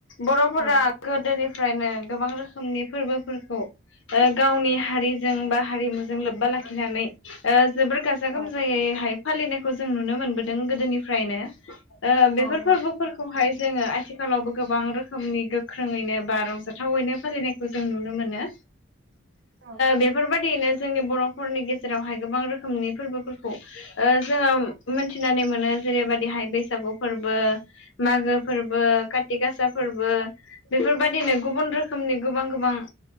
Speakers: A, on the left; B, on the right.
A: बर'फोरा
B: औ
A: गोदोनि नो गोबां रोखोमनि फोरबोफोरखौ गावनि हारिजों बा हारिमुजों लोब्बा लाखिनानै जोबोर गाजा
B: औ
A: गोमजायैहाय फालिनायखौ जों नुनो मोनबोदों गोदोनि नो बेफोर
B: औ नंगौ
A: फोरबोफोरखौहाय जोङो आथिखालावबो गोबां रोखोमनि गोख्रोङैनो बा रंजाथावैनो फालिनायखौ जों नुनो मोनो
B: औ
A: बेफोरबायदियैनो जोंनि बर'फोरनि गेजेरावहाय गोबां रोखोमनि फोरबोफोरखौ ओ जोंङो मोनथिनानै मोनो जेरै बादिहाय बैसागु फोरबो बो मागो फोरबो काति गासा फोरबो बेफोरबायादिनो गुबुन रोखोमनि गोबां गोबां ओ